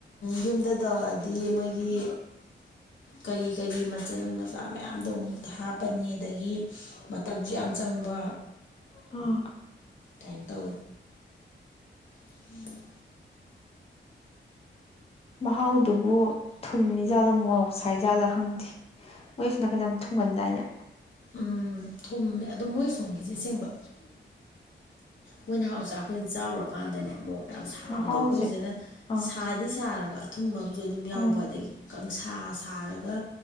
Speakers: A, on the left; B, on the left.
A: ꯌꯨꯝꯗ ꯇꯧꯑꯗꯤ ꯃꯣꯏꯒꯤ ꯀꯔꯤ ꯀꯔꯤ ꯃꯆꯜ ꯃꯆꯥ ꯃꯌꯥꯝꯗꯣ ꯑꯃꯨꯛ ꯍꯥꯞꯄꯅꯤ ꯑꯗꯒꯤ ꯃꯇꯝꯁꯨ ꯌꯥꯝ ꯆꯪꯕ
B: ꯑꯥ
A: ꯇꯦꯟ ꯇꯧ ꯎꯝ
B: ꯃꯍꯥꯎꯗꯨꯕꯨ ꯊꯨꯝ ꯖꯥꯠꯂꯝ ꯉꯣꯔꯣꯛ ꯁꯥꯏ ꯖꯥꯜꯂꯥ ꯈꯪꯗꯦ ꯃꯣꯏꯁꯨ ꯅꯥꯀꯟ ꯌꯥꯝ ꯊꯨꯡꯒꯟꯗꯥꯏꯅꯦ
A: ꯎ ꯊꯨꯝꯃꯦ ꯑꯗꯣ ꯃꯣꯏ ꯁꯣꯝꯒꯤꯁꯦ ꯑꯁꯦꯡꯕ ꯃꯣꯏ ꯅꯍꯥꯎ ꯆꯥꯛ ꯑꯩꯈꯣꯏꯅ ꯆꯥꯎꯔꯀꯥꯟꯗꯅꯦ ꯑꯃꯨꯛ ꯌꯥꯝ ꯁꯥꯕꯗꯣ
B: ꯃꯍꯥꯎꯁꯦ
A: ꯑꯩꯈꯣꯏꯒꯤꯖꯅ
B: ꯑꯥ
A: ꯁꯥꯗꯤ ꯁꯥꯔꯒ ꯑꯊꯨꯝꯕ ꯑꯃꯁꯝꯨ ꯑꯗꯨꯝ ꯌꯥꯎꯕ
B: ꯎꯝ
A: ꯑꯗꯒꯤ ꯁꯥ ꯁꯥꯔꯒ